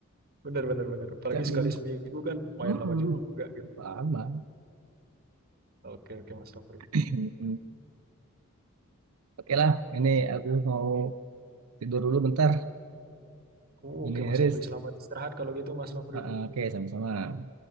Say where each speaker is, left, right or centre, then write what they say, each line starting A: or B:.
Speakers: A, on the right; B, on the right.
A: Bener, bener, bener. Apalagi
B: tiap
A: sekali
B: minggu.
A: seminggu kan main
B: Mm-mm.
A: lama juga gitu.
B: Lama.
A: Oke, oke Mas Nofri.
B: <laughs> Oke lah, ini aku mau tidur dulu bentar.
A: Oh,
B: Ini
A: oke Mas
B: Riz.
A: Nofri, selamat istirahat kalau gitu Mas Nofri.
B: Ah, ah, Oke, sama-sama.